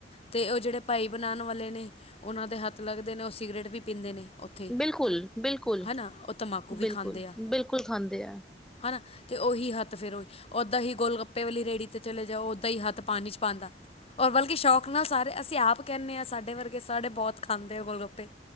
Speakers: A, on the left; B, in the centre.
A: ਤੇ ਉਹ ਜਿਹੜੇ ਭਾਈ ਬਣਾਣ ਵਾਲੇ ਨੇ ਉਹਨਾਂ ਦੇ ਹੱਥ ਲੱਗਦੇ ਨੇ ਉਹ ਸਿਗਰਟ ਵੀ ਪੀਂਦੇ ਨੇ। ਉੱਥੇ
B: ਬਿਲਕੁਲ-ਬਿਲਕੁਲ,
A: ਹੈ ਨਾ ਉਹ ਤੰਬਾਕੂ ਵੀ
B: ਬਿਲਕੁਲ-ਬਿਲਕੁਲ
A: ਖਾਂਦੇ ਆ
B: ਖਾਂਦੇ ਐ।
A: ਹਨਾ ਤੇ ਉਹੀ ਹੱਥ ਫਿਰ ਓਹੀ ਓਦਾਂ ਹੀ ਗੋਲ ਗੱਪ ਪੇ ਵਾਲੀ ਰੇੜੀ ਤੇ ਚਲੇ ਜਾਓ ਓਦਾਂ ਹੀ ਹੱਥ ਪਾਣੀ ਚ ਪਾਂਦਾ ਔਰ ਬਲਕਿ ਸ਼ੌਕ ਨਾਲ ਸਾਰੇ ਅਸੀਂ ਆਪ ਕਹਿਣੇ ਆ ਸਾਡੇ ਵਰਗੇ ਸਾਡੇ ਬਹੁਤ ਖਾਂਦੇ ਆ ਗੋਲਗੱਪੇ।